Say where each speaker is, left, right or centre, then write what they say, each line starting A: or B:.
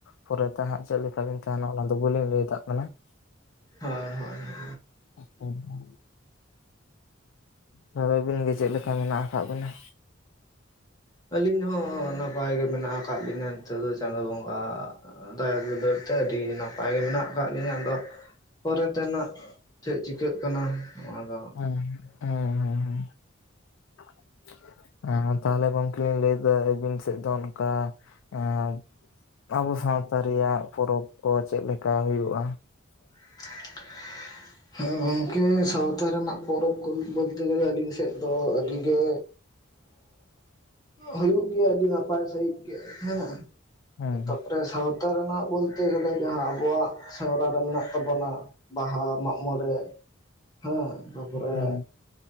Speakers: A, on the left; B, on the left.
A: ᱯᱚᱨᱮ ᱛᱮ ᱦᱟᱸᱜ ᱪᱮᱫ ᱞᱮᱠᱟᱞᱤᱧ ᱛᱟᱦᱮᱱᱟ ᱚᱱᱟᱫᱚ ᱵᱟᱹᱞᱤᱧ ᱞᱟᱹᱭ ᱫᱟᱲᱮᱜ ᱠᱟᱱᱟ ᱾
B: ᱦᱳᱭ ᱦᱳᱭ ᱾
A: ᱟᱪᱪᱷᱟ, ᱛᱚ ᱟᱹᱵᱤᱱ ᱜᱮ ᱪᱮᱫ ᱞᱮᱠᱟ ᱢᱮᱱᱟᱜ ᱟᱠᱟᱜ ᱵᱤᱱᱟ?
B: ᱟᱹᱞᱤᱧ ᱦᱚᱸ ᱱᱟᱯᱟᱭ ᱜᱮ ᱢᱮᱱᱟᱜ ᱟᱠᱟᱫ ᱞᱤᱧᱟᱹ ᱾ ᱱᱤᱛᱚᱜ ᱫᱚ ᱪᱟᱸᱫᱳ ᱵᱚᱸᱜᱟᱣᱟᱜ ᱫᱟᱭᱟ ᱫᱩᱞᱟᱹᱲ ᱛᱮ ᱟᱹᱰᱤ ᱱᱟᱯᱟᱭ ᱜᱮ ᱢᱮᱱᱟᱜ ᱟᱠᱟᱫ ᱞᱤᱧᱟ ᱟᱫᱚ ᱯᱚᱨᱮ ᱛᱮᱱᱟᱜ ᱪᱮᱫ ᱪᱤᱠᱟᱹᱜ ᱠᱟᱱᱟ ᱚᱱᱟ ᱫᱚ
A: ᱦᱮᱸ ᱦᱮᱸ ᱦᱮᱸ ᱦᱮᱸ᱾ ᱛᱟᱦᱞᱮ ᱜᱚᱝᱠᱮ ᱞᱤᱧ ᱞᱟᱹᱭ ᱮᱫᱟ ᱟᱹᱵᱤᱱ ᱥᱮᱫ ᱫᱚ ᱚᱱᱠᱟ ᱮᱸ ᱟᱵᱚ ᱥᱟᱶᱛᱟ ᱨᱮᱭᱟᱜ ᱯᱚᱨᱚᱵᱽ ᱠᱚ ᱪᱮᱫ ᱞᱮᱠᱟ ᱦᱩᱭᱩᱜᱼᱟ?
B: <inaudible>
A: <inaudible>
B: ᱦᱮᱸ ᱜᱚᱢᱠᱮ ᱥᱟᱶᱛᱟ ᱨᱮᱱᱟᱜ ᱯᱚᱨᱚᱵᱽ ᱵᱚᱞᱛᱮ ᱜᱮᱞᱮ ᱟᱹᱞᱤᱧ ᱥᱮᱫ ᱫᱚ ᱟᱹᱰᱤ ᱜᱮ ᱦᱩᱭᱩᱜ ᱜᱮᱭᱟ ᱟᱹᱰᱤ ᱱᱟᱯᱟᱭ ᱥᱟᱺᱦᱤᱡ ᱜᱮ ᱦᱮᱸ ᱾
A: ᱦᱮᱸ
B: ᱛᱟᱯᱚᱨᱮ ᱥᱟᱶᱛᱟ ᱨᱮᱱᱟᱜ ᱵᱚᱞᱛᱮ ᱜᱮᱞᱮ ᱡᱟᱦᱟᱸ ᱟᱵᱚᱣᱟᱜ ᱥᱟᱨᱟᱣᱟ ᱨᱮ ᱢᱮᱱᱟᱜ ᱛᱟᱵᱚᱱᱟ ᱵᱟᱦᱟ ᱢᱟᱜ ᱢᱚᱬᱮ ᱦᱮᱸ ᱛᱟᱯᱚᱨᱮ
A: ᱦᱮᱸ